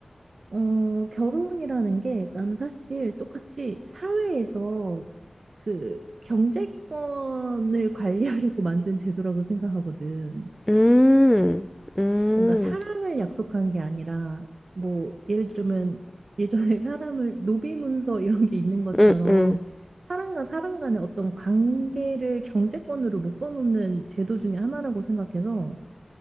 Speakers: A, on the right; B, in the centre.
A: 어, 결혼이라는 게 나는 사실 똑같이 사회에서 그 경제권을 관리하려고 만든 제도라고 생각하거든.
B: 음, 음,
A: 뭔가 사랑을 약속한 게 아니라 뭐 예를 들면 예전에 <laughs> 사람을 노비문서 이런 게 있는 것처럼
B: 음, 음.
A: 사람과 사람 간의 어떤 관계를 경제권으로 묶어놓는 제도 중에 하나라고 생각해서